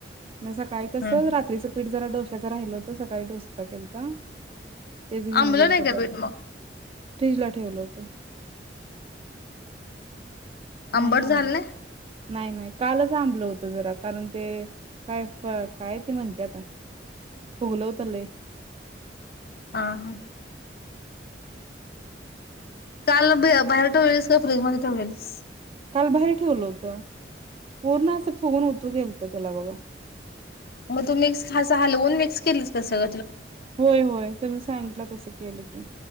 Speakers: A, on the right; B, on the left.
A: म सकाळी
B: हम्म
A: कस
B: हम्म
A: रात्रीचं पीठ जरा डोश्याच राहिल होत सकाळी डोसचा केलता तेच घेऊन
B: आंबलं
A: गेलतो
B: नाही का बीट मग
A: फ्रीज ला ठेवलं होतं नाही
B: अंबट
A: आंबलं
B: झाल ना
A: नाही नाही कालच आंबलं होत जरा कारण ते काय काय ते म्हणते आता होगल हो तले
B: आ हा काल बाहेर ठेवलेलीस का फ्रीजमध्येध्ये ठेवलेलीस
A: काल बाहेर ठेवलं होत पूर्ण असं फुगून होत गेलत त्याला बघा
B: मग तू मिक्स हं हलवून मिक् केलीस कसं
A: होय होय त मी सांगितलं तसं केलं की